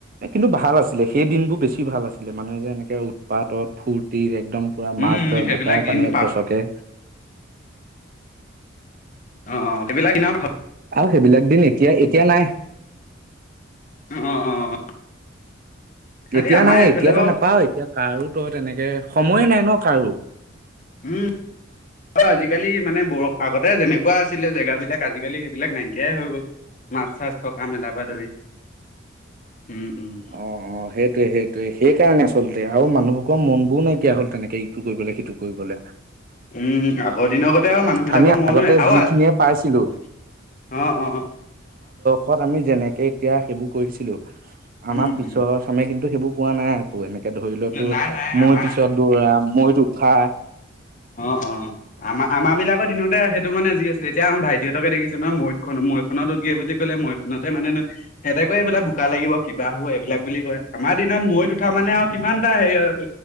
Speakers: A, on the right; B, on the left.
A: কিন্তু ভাল আছিলে সেই দিন বোৰ বেছি ভাল আছিলে মানুহে যে এনেকে উৎপাতত ফূৰ্তি একদম পুৰা
B: উম,
A: মাছ
B: উম,
A: ধৰে
B: সেইবিলাক
A: বোকাই
B: দিন
A: পানীয়ে
B: পাহ
A: গচকে
B: অ অ সেইবিলাক ইনেও ভাল
A: আৰু সেইবিলাক দিন এতিয়া এতিয়া নাই
B: অ অ অ খালি
A: এতিয়া
B: আমাৰ
A: নাই
B: এইফালে
A: এতিয়াতো
B: বাৰু
A: নাপাও এতিয়া কাৰো তো তেনেকে সময়ে নাই ন কাৰো
B: উম অ আজিকালি মানে বৰ আগতে যেনেকুৱা আছিলে জেগাবিলাক আজিকালি সেইবিলাক নাইকিয়াই হৈ গ'ল মাছ চাছ থকা মেলা পা ধৰি উম উম।
A: অ', অ', সেইটোৱে সেইটোৱে সেইকাৰণে আচলতে আও মানুহবোৰৰ মন বোৰ নাইকিয়া হ'ল তেনেকে ইটো কৰিবলে সিটো কৰিবলে
B: উম আগৰ দিনৰ কতে আও মানুহবিলাকৰ
A: আমি
B: মন
A: আগতে
B: আউ
A: যিখিনিয়ে পাইছিলোঁ
B: অ অ
A: ত আমি যেনেকে এতিয়া সেইবোৰ কৰিছিলো আমাৰ
B: উম
A: পিছৰ
B: উম
A: চামে কিন্তু সেইবোৰ পোৱা নাই আকৌ এনে তাকে ধৰি ল তোৰ
B: নাই নাই
A: মৈ
B: আমাৰ
A: পিছত দৌৰা মৈত উঠা
B: অ অ আমাৰ আমাৰ বিলাকৰ দিনতে সেইটো মানে যি আছিলে এতিয়া আমাৰ ভাইটিহতকে দেখিছো নহয় মইতখন মৈ খনত উঠগে বুলি কলে মৈখনতে মানে হেতে এইবিলাক বোকা লাগিব কিবা হব এইবিলাক বুলি কয় আমাৰ আৰ দিনত মৈইত উঠা মানে আও কিমান এটা হেৰি আৰু